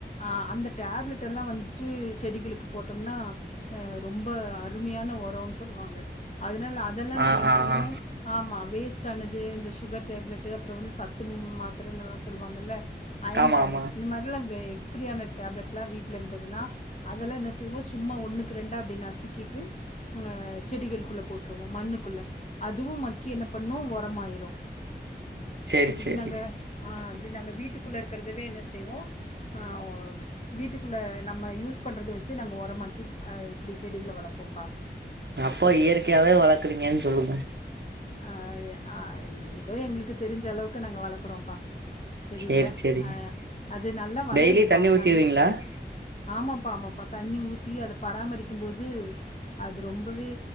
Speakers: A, on the left; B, on the right.
A: ஆ அந்த டேப்லெட் எல்லா வந்துட்டு செடிகளுக்கு போட்டம்னா ரொம்ப அருமையான ஒரோன் சொல்லுவாங்க அதுனால் அதெல்லா நாங்க
B: ஆ
A: என்ன
B: ஆ
A: பண்ணுவோ
B: ஆ
A: ஆமா வேஸ்ட் ஆனத் ஏ இந்த சுகர் டேப்லெட் அப்றோ வந்து சத்தும் மாத்திரனுல்லா சொல்லுவாங்கல்ல அயன்
B: ஆமா
A: டேப்லெட்
B: ஆமா
A: இந்த மார்லா வெ எ க்ஸ்ப்ரி ஆன டேப்லட்லா வீட்ல இருந்ததுன்னா அதெல்லா என்ன செய்வோ சும்மா ஒன்னுக்கு ரென்டா அப்டியே நசுக்கிட்டு ஆ செடிகளுக்குள்ள போட்டுருவோ மண்ணுக்குள்ள அதுவூ மக்கி என்ன பண்ணூ ஒரமாய் யிரூ
B: சேரி
A: இப்டி
B: சேரி
A: நாங்க ஆ அ ப்டி நாங்க வீட்டுக்குள்ளே இருக்கிறதவே என்ன செய்வோ ஆ ஒ வீட்டுக்குள்ளே நம்ம யூஸ் பண்றத வச்சு நாங்க ஒரமாக்கி இப்டி செடிகள வளப்போம்ப்பா
B: அப்போ இயற்கையாவே வளக்குறீங்கன் சொல்லுங்க
A: ஆ எ ஆ எதோ எங்களுக்கு தெரிஞ்சளவுக்கு நாங்க வளக்குறோம்ப்பா செரிங்ல
B: சேரி சேரி
A: ஆ அது நல்லா வளருதுப்பா
B: டெய்லி தண்ணி ஊத்திருவீங்களா
A: நல்ல ஆமாப்பா ஆமாப்பா தண்ணி ஊத்தி அத பராமரிக்கும்போது அது ரொம்பவே